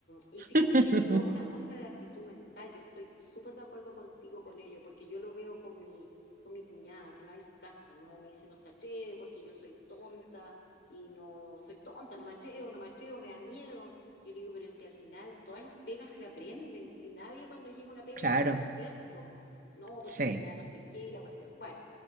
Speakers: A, on the left (about 60°); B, on the right (about 45°).
A: y
B: <laughs>
A: fíjate que es toda una cosa de actitud mental. Yo estoy súper de acuerdo contigo con ello, porque yo lo veo con mi, con mi cuñada, que no hay caso, ¿no? Me dice no se atreve porque yo soy tonta y no, no soy tonta, no me atrevo, no me atrevo, me da miedo. Yo le digo, pero si al final todas las pegas se aprenden, si nadie cuando llega una pega
B: claro,
A: llega experto. No, porque
B: sí,
A: me da no sé qué y la cuestión. Bueno,